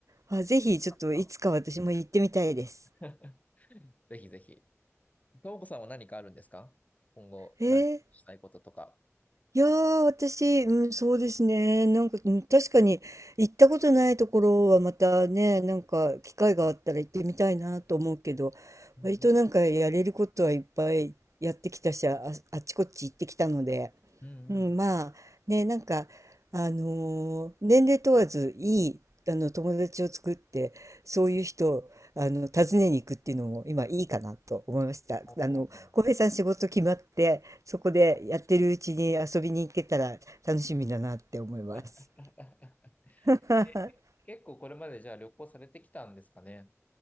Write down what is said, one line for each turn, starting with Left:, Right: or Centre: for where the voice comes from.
Right: あ、ぜひちょっといつか私も行ってみたいです。
Left: まあ <laughs> ぜひぜひ。ともこさんは何かあるんですか今後、
Right: えー
Left: 何かしたいこととか。
Right: いやー、私、うん、そうですね。なんか、うん、確かに行ったことないところはまたね、なんか機会があったら行ってみたいなと思うけど、
Left: うん
Right: 割となんかやれることはいっぱいやってきたし、あ、あっちこっち行ってきたので、
Left: うん。
Right: うん、
Left: うん
Right: まあね、なんか、あのー年齢問わずいい、あの友達を作って、そういう人を、あの、訪ねに行くっていうのも今いいかなと思いました。
Left: おー
Right: あの、浩平さん仕事決まって、そこでやってるうちに遊びに行けたら楽しみだなって思います。
Left: <laughs>
Right: <laughs>
Left: え結構これまでじゃあ旅行されてきたんですかね。